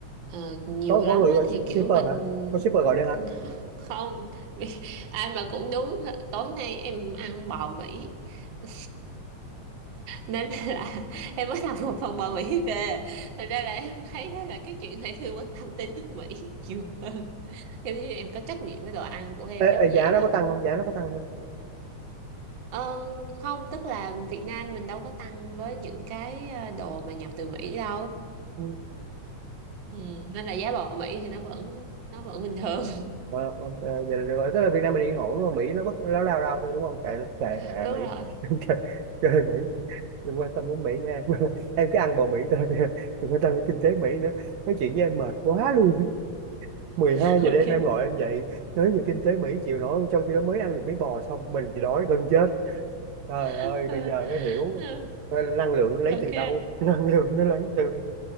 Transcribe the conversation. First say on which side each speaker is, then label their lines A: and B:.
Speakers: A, on the right (about 55°); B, on the right (about 75°).
A: ờ, nhiều
B: có
A: lắm
B: có người
A: á,
B: gọi
A: thì kiểu
B: shipper
A: mình
B: hả có shipper gọi đây hả
A: <laughs> không <laughs> ai mà cũng đúng tối nay em ăn bò Mỹ <laughs> nên là em mới làm một phần bò Mỹ về thành ra là em thấy á là cái chuyện này thì quan tâm tới nước Mỹ nhiều hơn <laughs> giống như em có trách nhiệm với đồ ăn của em
B: Ê,
A: giống
B: ê, giá
A: vậy đó
B: nó có tăng không? Giá nó có tăng
A: Ờ, không tức là Việt Nam mình đâu có tăng với những cái ờ, đồ mà nhập từ Mỹ đâu
B: Ừ.
A: ừ, nên là giá bò Mỹ thì nó vẫn nó vẫn bình thường
B: Ờ, ok, vậy là được rồi. Tức là Việt Nam mình yên ổn đúng không? Mỹ nó bất láo lao lao thôi đúng không? Kệ kệ
A: <laughs>
B: mẹ
A: đúng
B: Mỹ.
A: rồi
B: <laughs> chơi chơi Mỹ. Đừng quan tâm đến Mỹ nữa em. <laughs> Em cứ ăn bò Mỹ thôi. <laughs> Đừng quan tâm đến kinh tế Mỹ nữa. Nói chuyện với em mệt quá luôn. <laughs> mười
A: <laughs>
B: hai
A: ok
B: giờ đêm em gọi anh dậy. Nói về kinh tế Mỹ chịu nổi không? Trong khi đó mới ăn được miếng bò xong. Mình chỉ đói gần chết. Trời
A: <laughs>
B: ơi, bây giờ mới hiểu. Coi là năng lượng lấy
A: ok
B: từ đâu. <laughs> Năng lượng nó lấy từ